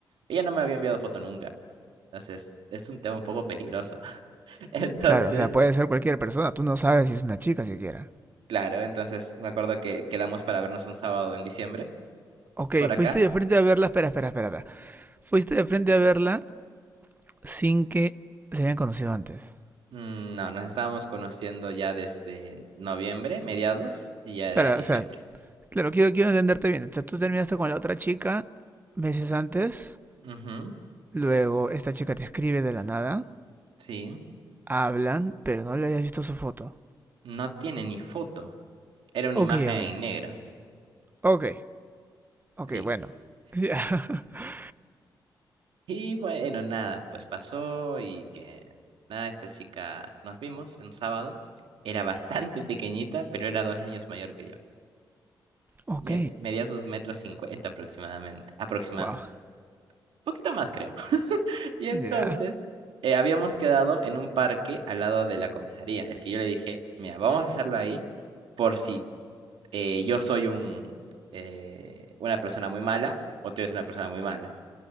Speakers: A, on the right; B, on the right.
A: Ella no me había enviado foto nunca. Entonces, es un tema un poco peligroso. <laughs> Entonces,
B: Claro, o sea, puede ser cualquier persona. Tú no sabes si es una chica siquiera.
A: claro, entonces me acuerdo que quedamos para vernos un sábado en diciembre
B: Ok,
A: por acá.
B: fuiste de frente a verla. Espera, espera, espera, espera. Fuiste de frente a verla sin que se hayan conocido antes.
A: Mm, No, nos estábamos conociendo ya desde noviembre, mediados, y ya era
B: Claro,
A: diciembre.
B: o sea, Claro, quiero, quiero entenderte bien. O sea, tú terminaste con la otra chica meses antes,
A: Ujú,
B: luego esta chica te escribe de la nada,
A: sí.
B: hablan, pero no le habías visto su foto.
A: No tiene ni foto. Era una
B: Ok,
A: imagen
B: ok,
A: en negro.
B: ok, ok,
A: Listo.
B: bueno. Ya. <laughs>
A: Y bueno, nada, pues pasó y que nada, esta chica nos vimos en un sábado. Era bastante <laughs> pequeñita, pero era dos años mayor que yo.
B: Ok,
A: Me- Medía sus metros cincuenta aproximadamente, aproximadamente.
B: wow,
A: Poquito más, creo. <laughs> Y entonces
B: ya.
A: eh, habíamos quedado en un parque al lado de la comisaría. Es que yo le dije, mira, vamos a hacerlo ahí por si eh, yo soy un, eh, una persona muy mala o tú eres una persona muy mala.